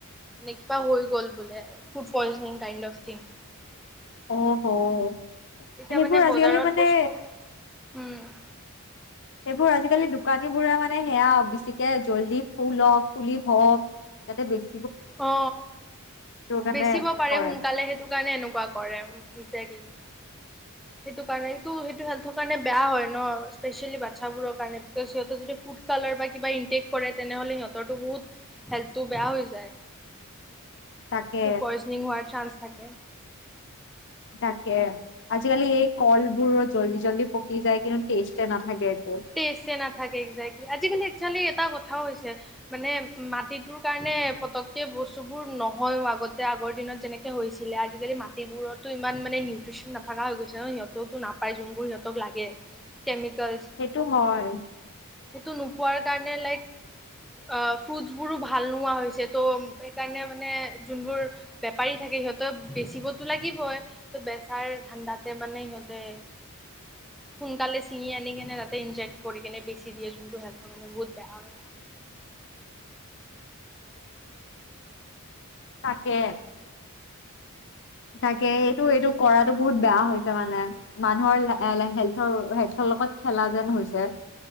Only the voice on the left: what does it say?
অহ সহ
সেইবোৰ
আজিকালি
মানে-
সেইবোৰ আজিকালি দোকানী বোৰে মান মানে সেয়া বেছিকে জল্ডি ফুলক পুলি হওক যাতে বেছি।
কাৰণে
কৰে
তাকে
তাকে। আজি কালি এই কলবোৰ জলদি- জল্দি পকি যায়, কিন্তু টেষ্টে নাথাকে। একো
সেইটো হয়।
তাকে, তাকে এইটো এইটো কৰা। বহুত বেয়া হৈছে মানে মানুহৰ হেল্থৰ হেল্থ। লগত খেলা যেন হৈছে।